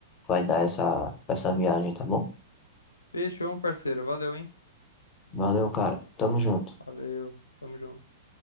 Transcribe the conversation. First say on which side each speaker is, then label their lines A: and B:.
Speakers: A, on the left; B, on the left.
A: vai dar essa, essa viagem, tá bom?
B: Fechou, parceiro. Valeu, hein?
A: Valeu, cara. Tamo junto.
B: Valeu. Tamo junto.